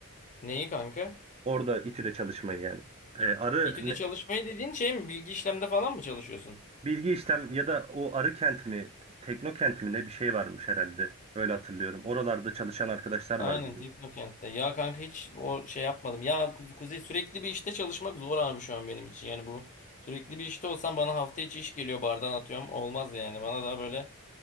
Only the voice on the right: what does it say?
Orada İTÜ'de çalışmayı yani. Ee, arı
ne-
bilgi işlem ya da o arı kent mi Teknokent mi ne bir şey varmış herhalde öyle hatırlıyorum. Oralarda çalışan arkadaşlar
var bizim.